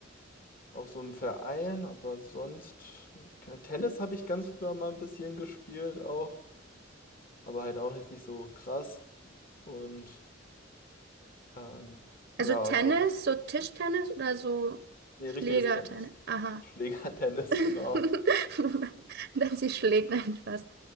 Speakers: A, on the left; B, on the right.
A: auch so im Verein, aber sonst, ja, Tennis habe ich ganz früher mal ein bisschen gespielt auch, aber halt auch jetzt nicht so krass. Und ähm,
B: Also
A: ja,
B: Tennis,
A: sonst,
B: so Tischtennis oder so
A: nee, richtiges
B: Schlägertennis?
A: Tennis.
B: Aha.
A: Schlägertennis,
B: <laughs>
A: <laughs> genau.
B: Dann sie schlägt nein fast.